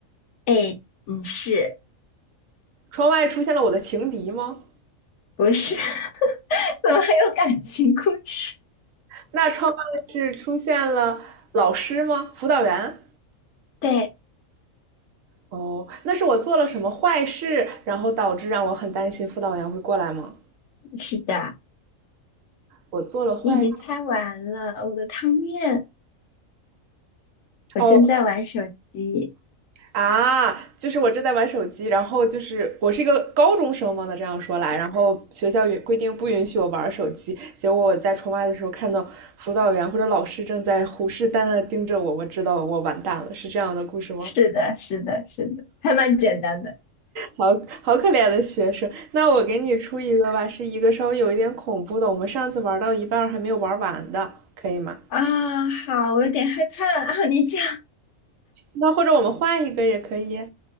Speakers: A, on the left; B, on the right.
A: 哎，嗯是
B: 窗外出现了我的情敌吗？
A: 不是？<laughs> 怎么还有感情故事？
B: 那窗外是出现了老师吗？辅导员？
A: 对，
B: 哦，那是我做了什么坏事，然后导致让我很担心辅导员会过来吗？
A: 是的，
B: 我做了坏，
A: 你已经猜完了我的汤面，
B: 哦。事。
A: 我正在玩手机。
B: 哦啊，就是我正在玩手机，然后就是我是一个高中生嘛，那这样说来，然后学校允规定不允许我玩手机，结果我在窗外的时候看到辅导员或者老师正在虎视眈眈地盯着我，我知道我完蛋了，是这样的故事吗？
A: 是的，是的，是的，还蛮简单的。
B: 好好可怜的学生，那我给你出一个吧，是一个稍微有一点恐怖的，我们上次玩到一半儿还没有玩完的，可以吗？
A: 啊，好，我有点害怕啊。你讲，
B: 那或者我们换一个也可以。